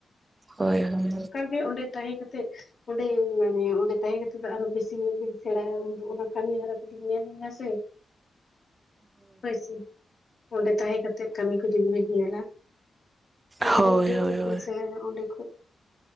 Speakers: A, on the right; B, on the left.
A: ᱦᱳᱭ ᱦᱳᱭ,
B: ᱦᱮ ᱚᱸᱰᱮ ᱛᱟᱦᱮᱸ ᱠᱟᱛᱮ ᱚᱸᱰᱮ ᱢᱟᱱᱮ ᱚᱸᱰᱮ ᱛᱟᱦᱮᱸ ᱠᱟᱛᱮᱫ ᱫᱚ ᱟᱨᱚ ᱵᱮᱥᱤ ᱧᱚᱜ ᱵᱮᱤᱱ ᱥᱮᱸᱬᱟᱭᱟ ᱚᱱᱟ ᱠᱟᱹᱢᱤ ᱦᱚᱨᱟ ᱠᱚᱵᱤᱱ ᱧᱮᱞ ᱟᱥᱮ ᱦᱳᱭ ᱥᱮ ᱚᱸᱰᱮ ᱛᱟᱦᱮᱸ ᱠᱟᱛᱮ ᱠᱟᱹᱢᱤ ᱠᱚ ᱡᱩᱫᱤ ᱵᱤᱱ ᱧᱮᱞᱟ᱾
A: ᱦᱳᱭ
B: ᱟᱨᱚ ᱰᱷᱮᱨ
A: ᱦᱳᱭ
B: ᱧᱚᱜ ᱵᱤᱱ
A: ᱦᱳᱭ
B: ᱥᱮᱸᱬᱟᱭᱟ ᱚᱸᱰᱮ ᱠᱷᱚᱡ